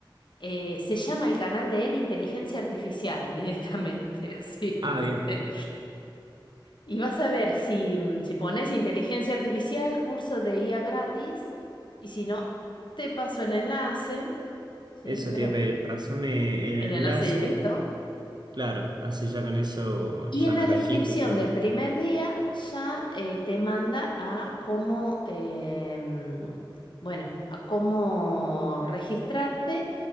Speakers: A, on the left; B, on the right.
A: eh, se llama el canal de él Inteligencia Artificial directamente, <laughs> así,
B: Ah,
A: ¿viste?
B: bien.
A: Y vas a ver si, si pones inteligencia artificial, curso de IA gratis, y si no, te paso el enlace, ¿sí?
B: Eso
A: Pero
B: te iba a pedir. Pásame el
A: el enlace
B: enlace.
A: directo.
B: Claro, así ya con eso
A: Y
B: ya
A: en
B: me
A: la
B: registro
A: descripción
B: y todo.
A: del primer día ya eh, te manda a cómo, em, bueno, a cómo registrarte